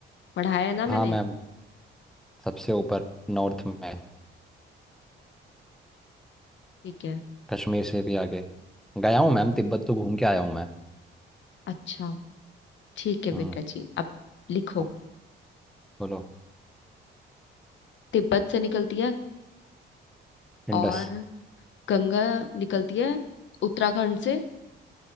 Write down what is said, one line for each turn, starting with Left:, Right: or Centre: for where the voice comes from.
Left: पढ़ाया है ना
Centre: हाँ
Left: मैंने
Centre: मैम सबसे ऊपर नॉर्थ में
Left: ठीक है
Centre: कश्मीर से भी आगे गया हूँ मैम तिब्बत तो घूम के आया हूँ मैं
Left: अच्छा ठीक है
Centre: हम्म
Left: बेटा जी अब लिखो
Centre: हाँ, बोलो
Left: तिब्बत से निकलती है
Centre: इंडस
Left: और गंगा निकलती है उत्तराखंड से